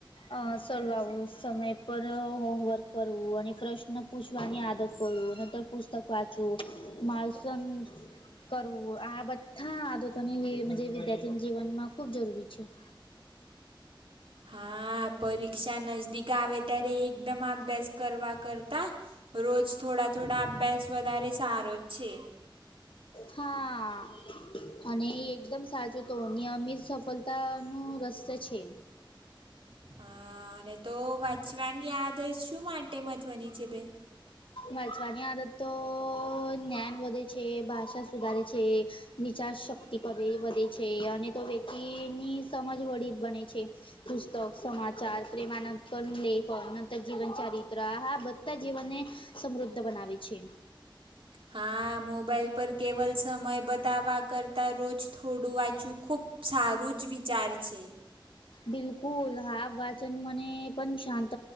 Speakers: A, on the left; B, on the right.
A: અ સલવાવું, સમય પર હોમવર્ક કરવું અને પ્રશ્ન પૂછ વાની આદત કરું નતર પુસ્તક વાંચવું. માલસન કરવું આ બધા આદતોની વે મંજે વિદ્યાર્થીના જીવનમાં ખૂબ જરૂરી છે.
B: હા, પરીક્ષા નજદીક આવે ત્યારે એકદમ અભ્યાસ કરવા કરતા રોજ થોડા થોડા અભ્યાસ વધારે સારો જ છે.
A: હા અને એકદમ સાચો તો નિયમિત સફલ તા નું રહસ્ય છે.
B: હા અને તો વાંચવાની આદ દત શું માટે મહત્વની છે બેન?
A: વાંચવાની આદત તો જ્ઞાન વધે છે, ભાષા સુધારે છે. વિચાર શક્તિ કરે વધે છે અને તો વ્યક્તિની સમજ વળી બને છે. પુસ્તક, સમાચાર, પ્રેમાનંદન <unintelligible> તક જીવન ચરિત્ર આહા બધા જીવનને સમૃદ્ધ બનાવે છે.
B: હા, મોબાાઈલ પર કેવલ સમય બતાવા કરતાં રોજ થોડું વાંચું ખૂબ સારું જ વિચાર છે.
A: બિલકુલ હા વાચન મને પણ શાંત